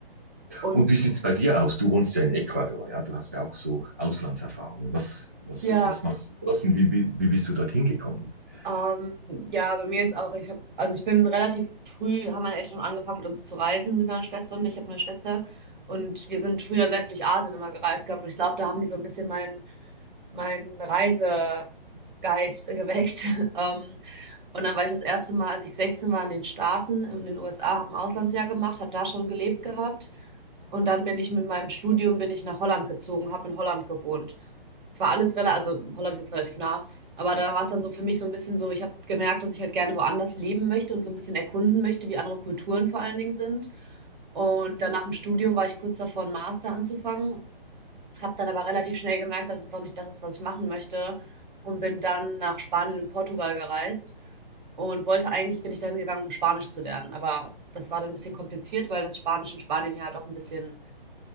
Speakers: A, on the right; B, on the right.
A: Und
B: Und wie sieht's bei dir aus? Du wohnst ja in Ecuador, ja? Du hast ja auch so Auslandserfahrungen. Was, was,
A: ja,
B: was machst du dort und wie, wie, wie bist du dorthin gekommen? <laughs>
A: Ähm, ja, bei mir ist auch, ich hab, also ich bin relativ früh, haben meine Eltern schon angefangen mit uns zu reisen, mit meiner Schwester und mir. Ich habe eine Schwester und wir sind früher sehr viel durch Asien immer gereist gehabt und ich glaube, da haben die so ein bisschen meinen meinen Reisegeist geweckt. <laughs> Ähm, und dann war ich das erste Mal, als ich 16 war, in den Staaten, in den USA, habe ein Auslandsjahr gemacht, habe da schon gelebt gehabt und dann bin ich mit meinem Studium bin ich nach Holland gezogen, habe in Holland gewohnt. Es war alles relativ, also Holland ist jetzt relativ nah, aber da war es dann so für mich so ein bisschen so, ich habe gemerkt, dass ich halt gerne woanders leben möchte und so ein bisschen erkunden möchte, wie andere Kulturen vor allen Dingen sind. Und dann nach dem Studium war ich kurz davor, einen Master anzufangen, habe dann aber relativ schnell gemerkt, dass es doch nicht das ist, was ich machen möchte und bin dann nach Spanien und Portugal gereist und wollte eigentlich, bin ich dahin gegangen, um Spanisch zu lernen. Aber das war dann ein bisschen kompliziert, weil das Spanisch in Spanien ja doch ein bisschen